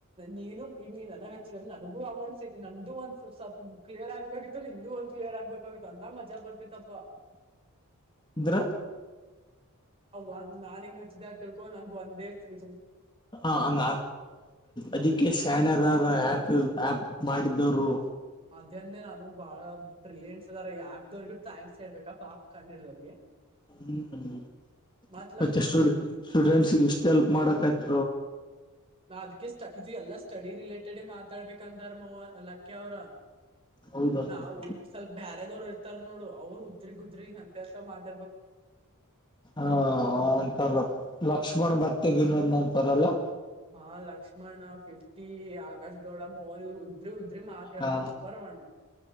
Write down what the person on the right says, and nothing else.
ನೀನು ಈಗ ನೀ ನನಗ ಹಚ್ಚಿದ ನನಗೂ ಅಮೌಂಟ್ ಸಿ ನ್ದು ಒಂದ ಕ್ಲಿಯರ್ ಆಗ ಗಿತ್ತು ನಿಂದುು ಒಂದ ಕ್ಲಿಯರ್ ಆಗ್ಬೇಕಾಗಿತ್ತು ಅಂದ ಮಜ ಬರ್ತಿತ್ತಪ್ಪ
ಒಂದ ನಾನ್ ಹಿಂಗ ಹಚ್ಚಿದ ತಿಳ್ಕೊಂಡ ನಂದು್ ಒಂದ ೇ
ಅಧ್ಯಾನ್ಂದೇ ನ ಅನು ಬಾಳ ಬ್ರಿಲಿಯನ್ಸ್ ಅದಾರ ಆಪ್ ದವ್ರಗ ಥಾಂಸ್ಳ್ಬೇಕ ಆಪ್ ಕಂಡಿಡ್ದಗೆ
ಮತ್ಲಕ್ಕು
ನಾ ಅದ್ಕ ಸ್ಟಡಿ ಇದು ಎಲ್ಲಾ ಸ್ಟಡಿ ರಿಲೇಟೆಡ್ ಮಾತಾಡ್ಬೇಕಂತಾರ ಮವ ಲಕ್ಕಿ ಅವ್ರ
ನಾವು ಸ್ವಲ್ಪ ಬ್ಯಾರದವ್ರ ಇರ್ತಾರ ನೋಡು ಅವರು ಉದ್ರಿಗ್ ಉದ್ರಿಗ್ ಅಂತೆ ಅಂತ ಮಾತ್
ಹಾ ಲಕ್ಷ್ಮಣ ಫಿಫ್ಟಿ ಆಕಾಶ್ ಗೌಡ ಮವನ್ರು ತ್ ತ್ಮ ಆತಿ
ಆಸಂಬರ್ ಒನ್